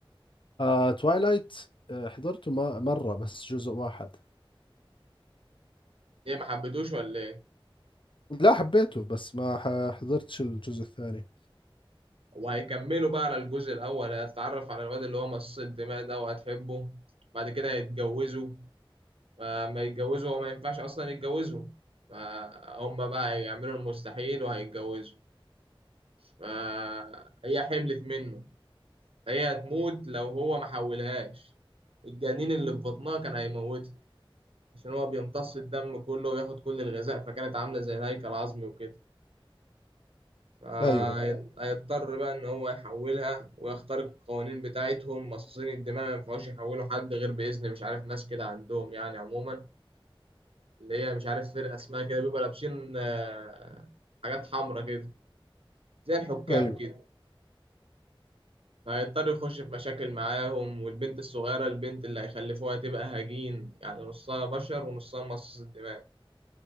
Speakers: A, on the left (about 60°); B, on the right (about 80°).
A: آه توايلايت آه حضرته ما مرة بس جزء واحد
B: إيه ما حبيتوش ولا إيه؟
A: لا حبيته بس ما ح- حضرتش الجزء الثاني
B: وهيكملوا بقى على الجزء الأول هتتعرف على الواد اللي هو مصاص الدماء ده وهتحبه بعد كده هيتجوزوا فما يتجوزوا هو ما ينفعش اصلا يتجوزوا فهم بقى يعملوا المستحيل وهيتجوزوا فهي حملت منه هي هتموت لو هو ما حولهاش الجنين اللي في بطنها كان هيموتها عشان هو بيمتص الدم كله وياخد كل الغذاء فكانت عاملة زي الهيكل العظمي وكده فهيضطر
A: أيوة
B: بقى إن هو يحولها ويخترق القوانين بتاعتهم مصاصين الدماء ما ينفعوش يحولوا حد غير بإذن مش عارف ناس كده عندهم يعني عموما اللي هي مش عارف فرقة اسمها كده بيبقوا لابسين آه، حاجات حمراء كده زي الحكام
A: أيوة
B: كده هيضطر يخش في مشاكل معاهم والبنت الصغيرة البنت اللي هيخلفوها تبقى هجين يعني نصها بشر ونصها مصاص الدماء